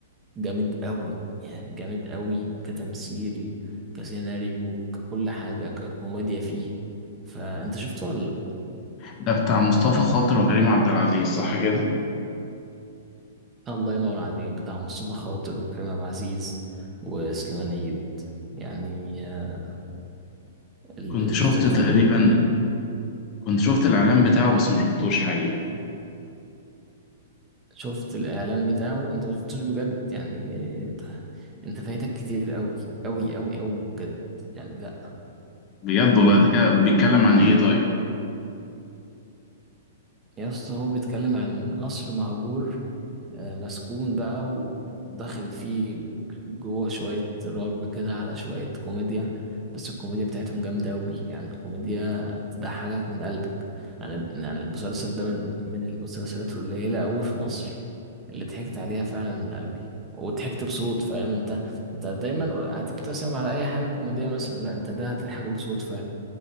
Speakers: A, on the right; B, on the left.
A: جامد قوي يعني جامد قوي كتمثيل كسيناريو ككل حاجة ككوميديا فيه فأنت شفت ولا لأ؟
B: ده بتاع مصطفى خاطر وكريم عبد العزيز صح كده؟
A: الله ينور عليك بتاع مصطفى خاطر وكريم عبد العزيز وسليمان عيد يعني آه، ال-
B: كنت
A: التلاتة
B: شفت تقريبا
A: دول
B: كنت شفت الإعلان بتاعه بس مشفتوش حقيقي
A: شفت الإعلان بتاعه أنت ما شفتوش بجد يعني آه، أنت فايتك كتير قوي قوي قوي قوي بجد يعني لأ
B: بجد والله ده كده بيتكلم عن إيه طيب؟
A: يا اسطى هو بيتكلم عن قصر مهجور آه، مسكون بقى وداخل فيه جوه شوية رعب كده على شوية كوميديا بس الكوميديا بتاعتهم جامدة أوي يعني الكوميديا تضحكك من قلبك يعني يعني المسلسل ده من من المسلسلات القليلة أوي في مصر اللي ضحكت عليها فعلا من قلبي وضحكت بصوت فاهم انت انت دايما هتبتسم على أي حاجة كوميدية مثلا لا انت ده هتضحك بصوت فعلا